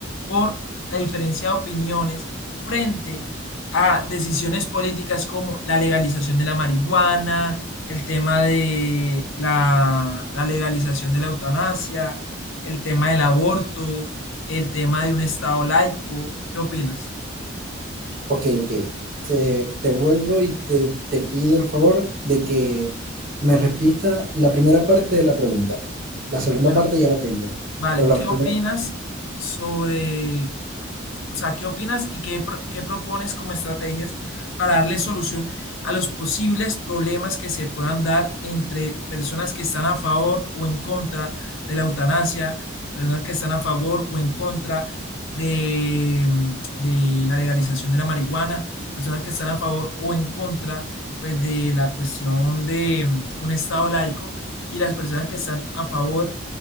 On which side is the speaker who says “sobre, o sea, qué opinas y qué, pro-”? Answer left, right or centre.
Left